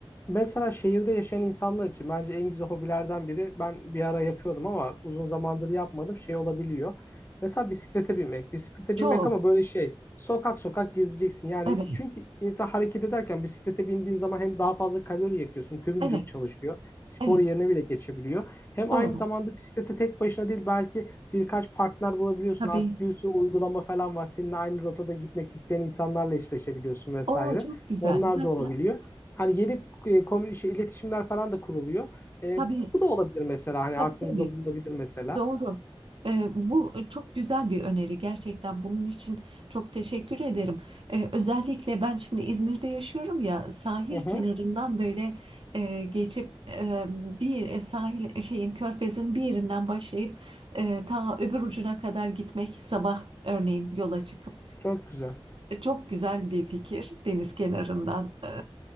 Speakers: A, on the left (about 25°); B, on the right (about 65°).
A: Mesela şehirde yaşayan insanlar için bence en güzel hobilerden biri ben bir ara yapıyordum ama uzun zamandır yapmadım şey olabiliyor. Mesela bisiklete binmek. Bisiklete
B: çok.
A: binmek ama böyle şey sokak sokak gezeceksin. Yani
B: Evet,
A: çünkü insan hareket ederken bisiklete bindiğin zaman hem daha fazla kalori yakıyorsun. Tüm
B: evet,
A: vücut çalışıyor. Spor
B: evet.
A: yerine bile geçebiliyor. Hem
B: Doğru.
A: aynı zamanda bisiklete tek başına değil belki birkaç partner bulabiliyorsun.
B: Tabii.
A: Artık bir sürü uygulama falan var. Seninle aynı rotada gitmek isteyen insanlarla eşleşebiliyorsun vesaire.
B: O çok güzel.
A: Onlar
B: Ha,
A: da olabiliyor. Hani yeni e, komün- şey, iletişimler falan da kuruluyor. E,
B: Tabii,
A: bu, bu da olabilir mesela. Hani
B: tabii,
A: aklınızda
B: tabii.
A: bulunabilir mesela.
B: Doğru. Ee, bu e, çok güzel bir öneri gerçekten. Bunun için çok teşekkür ederim. Ee, özellikle ben şimdi İzmir'de yaşıyorum ya sahil
A: Hı hı.
B: kenarından böyle e, geçip e, bir e, sahil e, şeyin körfezin bir yerinden başlayıp e, ta öbür ucuna kadar gitmek sabah örneğin yola çıkıp
A: Çok güzel.
B: e, çok güzel bir fikir deniz kenarından <laughs>